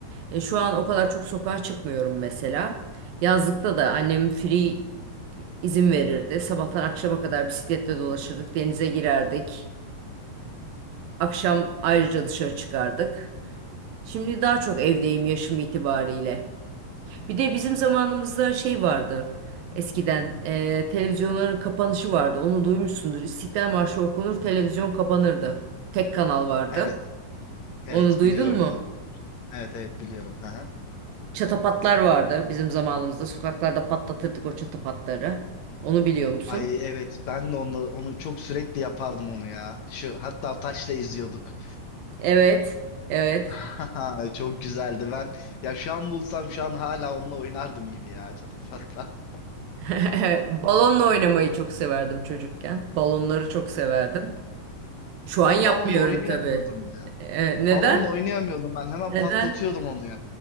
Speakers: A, on the right; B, on the left.
A: E, şu an o kadar çok sokağa çıkmıyorum mesela. Yazlıkta da annem free izin verirdi. Sabahtan akşama kadar bisikletle dolaşırdık, denize girerdik. Akşam ayrıca dışarı çıkardık. Şimdi daha çok evdeyim yaşım itibariyle. Bir de bizim zamanımızda şey vardı. Eskiden eee, televizyonların kapanışı vardı. Onu duymuşsundur. İstiklal Marşı okunur, televizyon kapanırdı. Tek kanal vardı.
B: Evet, evet
A: Onu duydun
B: biliyorum
A: mu?
B: onu. Evet, evet biliyorum. Hı hı.
A: Çatapatlar vardı bizim zamanımızda. Sokaklarda patlatırdık o çatapatları. Onu biliyor musun?
B: Ay evet ben de onu onu çok sürekli yapardım onu ya. Şu hatta taşla izliyorduk.
A: Evet, evet.
B: <laughs> Çok güzeldi. Ben ya şu an bulsam şu an hala onunla oynardım gibi ya çatapatla.
A: <laughs> Balonla oynamayı çok severdim çocukken. Balonları çok severdim. Şu
B: Ben
A: an yapmıyorum
B: balonla oynayamıyordum
A: tabii. Ee, neden?
B: Balonla oynayamıyordum ben. Hemen
A: Neden?
B: patlatıyordum onu ya.